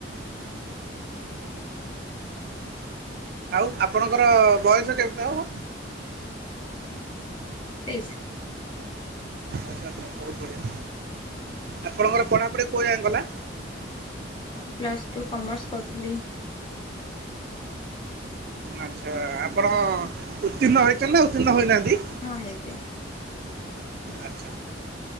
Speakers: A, on the right; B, on the left.
A: ଆଉ ଆପଣଙ୍କର ବୟସ କେମ ତେ ହବ।
B: ଆଁ ତେଇସି।
A: ଆଛା ଆଛା ବହୁତ ବଢିଆ ଆପଣଙ୍କର ପଢାପଢି କୋଉ ଯାକେଁ ଗଲା।
B: ହଁ ପ୍ଲସ ଟୁ କମର୍ସ କରୁଥିଲି ଏବେ ଘରେ ଅଛି।
A: ଆଚ୍ଛା ଆପଣ ଉତ୍ତୀର୍ଣ୍ଣ ହୋଇଛନ୍ତି ନା ଉତ୍ତୀର୍ଣ୍ଣ ହୋଇନାହାନ୍ତି।
B: ହଁ ହେଇଚି।
A: ଆଛା